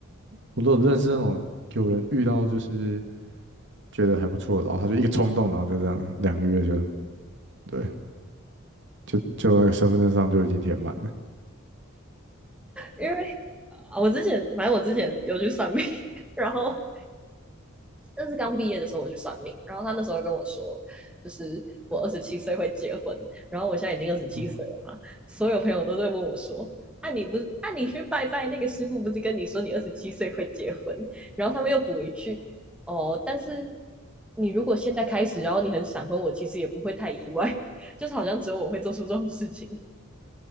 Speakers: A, on the right; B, in the centre.
A: 我都有认识那种有人遇到就是觉得还不错，然后他就一个冲动，然后就这样两个月就对，就就那个身份证上就已经填满了。
B: 因为啊，我之前反正我之前有去算命，<laughs> 然后那是刚毕业的时候我去算命，然后他那时候跟我说，就是我二十七岁会结婚，然后我现在已经二十七岁了嘛，
A: 嗯。
B: 所有朋友都在问我说。啊，你不是啊？你去拜拜那个师傅不是跟你说你二十七岁会结婚？然后他们又补一句，哦，但是你如果现在开始，然后你很闪婚，我其实也不会太意外，<laughs> 就是好像只有我会做出这种事情。